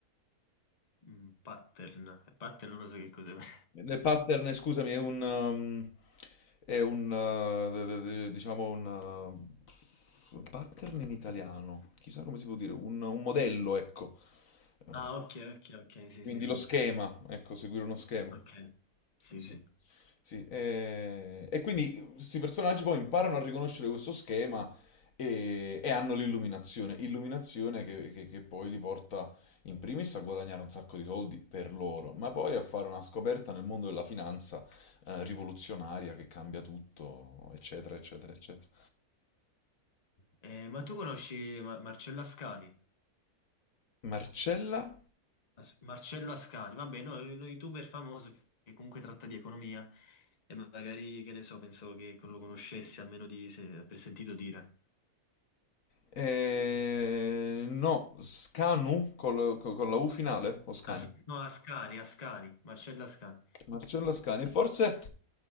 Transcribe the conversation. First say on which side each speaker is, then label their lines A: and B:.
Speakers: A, on the left; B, on the left.
A: Mm, pattern. Pattern non lo so che cos'è. <laughs>
B: Nel pattern, scusami, è un, um, è un, uh, de- de- de- diciamo un, uh, un pattern in italiano, chissà come si può dire, un, un modello, ecco. Uh,
A: Ah, ok, ok, ok, sì,
B: quindi
A: sì, sì.
B: lo schema, ecco, seguire uno schema.
A: Ok, sì,
B: Sì.
A: sì.
B: Sì, eh, e, quindi questi personaggi poi imparano a riconoscere questo schema e, e hanno l'illuminazione, illuminazione che, che- che poi li porta in primis a guadagnare un sacco di soldi per loro, ma poi a fare una scoperta nel mondo della finanza eh, rivoluzionaria che cambia tutto, eccetera, eccetera, eccetera.
A: Eh, ma tu conosci Ma- Marcello Ascani?
B: Marcella?
A: As- Marcello Ascani, vabbè, no, è uno youtuber famoso che che comunque tratta di economia e magari, che ne so, pensavo che lo conoscessi almeno di, se, per sentito dire.
B: Eh, no, Scanu col- co- con la U finale o Scani?
A: As- no, Ascani, Ascani, Marcello Ascani.
B: Marcella Scani, e forse...